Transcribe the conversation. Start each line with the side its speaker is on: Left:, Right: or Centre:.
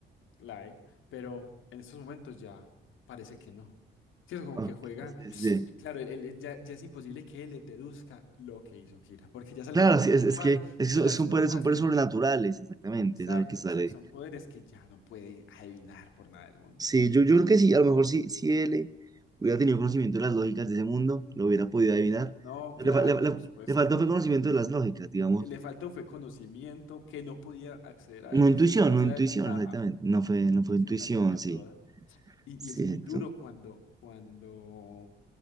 Left: Light, pero en estos momentos ya parece que no. ¿Cierto? Como
Right: Ok,
Left: que juega
Right: sí, sí. sí.
Left: Claro, él- él- ya, ya es imposible que él deduzca lo que hizo Kira, porque ya es algo
Right: Claro,
Left: muy
Right: sí,
Left: puntual
Right: es, es que, es que
Left: de
Right: son,
Left: las
Right: son
Left: normas
Right: poderes, son poderes
Left: del...
Right: sobrenaturales, exactamente,
Left: Exacto,
Right: es algo que sale.
Left: exacto, son poderes que ya no puede adivinar por nada del mundo.
Right: Sí, yo, yo creo que sí, a lo mejor sí, si él hubiera tenido conocimiento de las lógicas de ese mundo, lo hubiera podido adivinar.
Left: No,
Right: Le,
Left: claro,
Right: fa- le- le-
Left: por supuesto.
Right: le faltó fue conocimiento de las lógicas, digamos.
Left: Eh, Le faltó fue conocimiento que no podía acceder a
Right: No
Left: él,
Right: intuición,
Left: ¿cierto? Esa
Right: no
Left: fue
Right: intuición,
Left: la desventaja.
Right: exactamente. No fue, no
Left: Intuición
Right: fue intuición,
Left: la tenía
Right: sí.
Left: toda. Y,
Right: Cierto.
Left: y es muy duro cuando, cuando